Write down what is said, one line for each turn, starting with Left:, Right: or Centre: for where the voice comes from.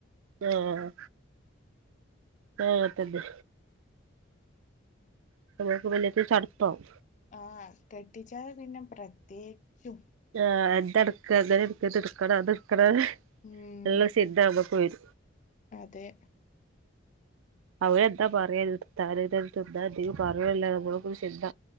Right: ആഹ് ആഹ് അതന്നെ <unintelligible> ചടപ്പാവും
Left: ആഹ് കെട്ടിച്ചാല് പിന്നെ പ്രത്യേച്ചും
Right: ആഹ് എന്തെടുക്ക ങ്ങനെ ട്ക്ക് ത്ട്ക്കണൊ അത് ട്ക്കണൊ
Left: ഉം
Right: എല്ലാം <unintelligible> വരും
Left: അതെ
Right: അവയെന്താ പറയ തിട്‌താല് തെന്ത്‌ന്നാ എന്തേയും പറയൊല്ല നമ്മള്ക്കൊരു ശിന്ത